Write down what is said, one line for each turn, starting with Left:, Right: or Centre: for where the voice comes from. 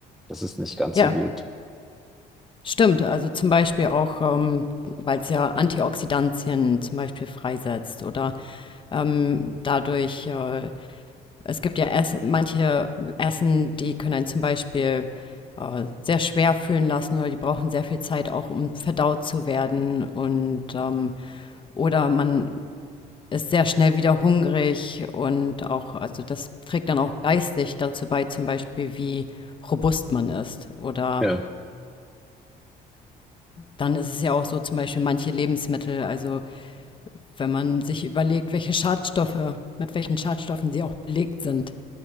Centre: das ist nicht ganz
Left: Ja,
Centre: so gut.
Left: Stimmt, also zum Beispiel auch, ähm, weil es ja Antioxidantien zum Beispiel freisetzt oder ähm, dadurch äh, es gibt ja Essen, manche Essen, die können einen zum Beispiel äh, sehr schwer fühlen lassen oder die brauchen sehr viel Zeit auch, um verdaut zu werden und ähm, oder man ist sehr schnell wieder hungrig und auch, also das trägt dann auch geistig dazu bei, zum Beispiel wie robust man ist oder
Centre: Ja,
Left: dann ist es ja auch so zum Beispiel manche Lebensmittel, also wenn man sich überlegt, welche Schadstoffe, mit welchen Schadstoffen sie auch belegt sind.